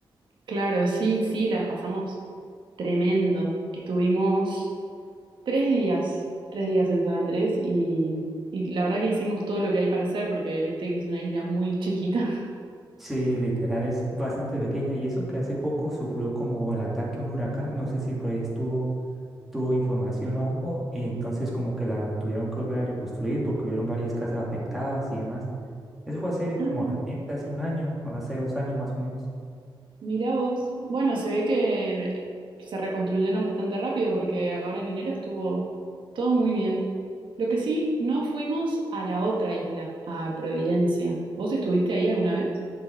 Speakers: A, on the right; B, in the centre.
A: Claro, sí, sí, la pasamos tremendo. Estuvimos tres días, tres días en San Andrés y, y la verdad que hicimos todo lo que hay para hacer porque viste que es una isla muy chiquita. <laughs>
B: Sí, literal es bastante pequeña y eso que hace poco sufrió como el ataque a un huracán, no sé si por ahí estuvo tuvo información o algo y entonces como que la tuvieron que volver a reconstruir porque hubieron varias casas afectadas y demás. Eso fue hace
A: Ah,
B: como
A: ah.
B: reciente, hace un año, hace dos años más o menos.
A: Mirá vos. Bueno, se ve que se reconstruyeron bastante rápido porque ahora en enero estuvo todo muy bien. Lo que sí, no fuimos a la otra isla, a Providencia. ¿Vos estuviste ahí alguna vez?